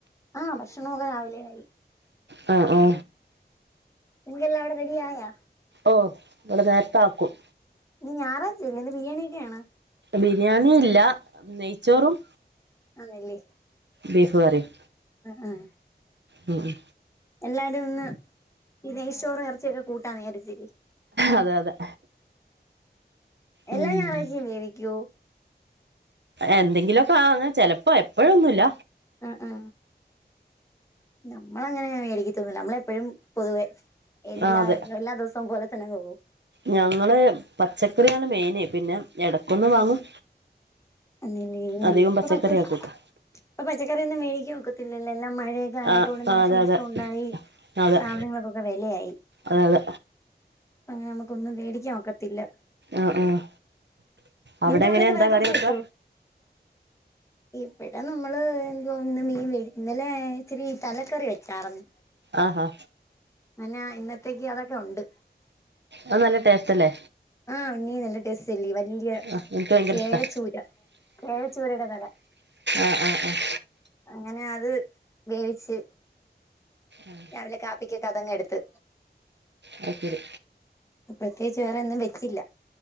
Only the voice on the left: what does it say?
ആഹ് ഭക്ഷണോക്കെ രാവിലെആയി
<unintelligible> നിങ്ങൾക്കെല്ലാം റെഡി ആയോ
ഇന്ന് ഞായറഴ്ചല്ലേ ബരിയാണിയൊക്കേയാണ്
ആാന്നല്ലേ
ആഹ് ആഹ്
എല്ലാരും ഒന്ന് ഈ നെയ്ചോറും ഇറച്ചിക്കെ കൂട്ടാ വിചാരിചിക്കി
എല്ലാം
ഞാറായ്ചിം വേവിക്കോ
അ ആ നമ്മളങ്ങനെ മേടിക്കത്തൊന്നുല്ല നമ്മളപ്പഴും പൊതുവേ എല്ലാ
എല്ലാ ദിവസവും പോലെ തന്നെ അങ്ങ് പോകും
അല്ലില്ലേ യ്യ
പ്പ
പച്ച
ഇപ്പൊ പച്ചക്കറിയൊന്നും വേടിക്കാ ഒക്കത്തില്ലല്ലോ എല്ലാം മഴയൊക്കെ ആ
നെകൊണ്ട് നാശനഷ്ടം
ഒണ്ടായി
സാധനങ്ങൾക്കൊക്കെ വെലയായി
അങ്ങനെ നമക്കൊന്നും വേടിക്കാൻ ഒക്ക ത്തില്ല
നിങ്ങക്ക്
അവിടെക്കെ
വെല
കൊറച്ച്
കിട്ടോ ഇവിടെ നമ്മള് എന്ത്വാ ഇന്ന് മീൻ വേടി ഇന്നലെ ഇച്ചിരി തലക്കറി വെച്ചാർന്ന്
അനാ ഇന്നത്തേക്ക് അതൊക്കെ ഉണ്ട്
ആഹ് ഉണ്ണീ നല്ല ടേസ്റ്റ് ല്ലേ വല്യയ
കേഴച്ചൂര
കേഴച്ചൂരേടെ തല
അങ്ങനെ അത് വേവിച്ച്
വല്ല കാപ്പിക്കൊക്കെ അതങ്ങെ എടുത്ത്
പ്രത്യേകിച്ച് വേറെന്നും വെച്ചില്ല